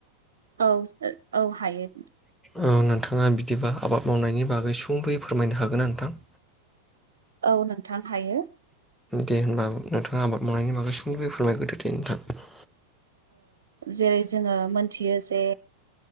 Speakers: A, on the right (about 65°); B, in the centre.
A: औ औ हायो।
B: औ नोंथाङा बिदिबा आबाद मावनायनि बागै सुंदयै फोरमायनो हागोना नोंथां?
A: औ नोंथां हायो।
B: दे होनबा नोंथाङा आबाद मावनायनि बागै एसे फोरमायग्रोदो दे नोंथां
A: जेरै जोङो मोनथियो जे